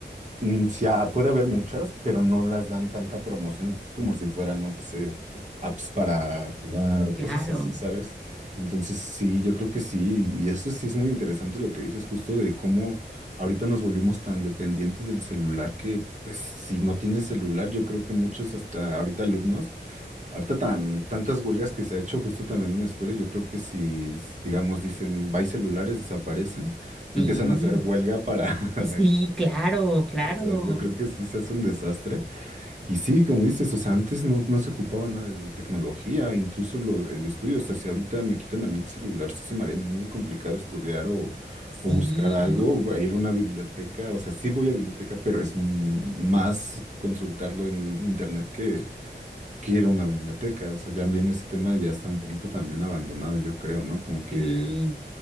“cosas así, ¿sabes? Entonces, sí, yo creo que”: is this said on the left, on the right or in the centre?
Right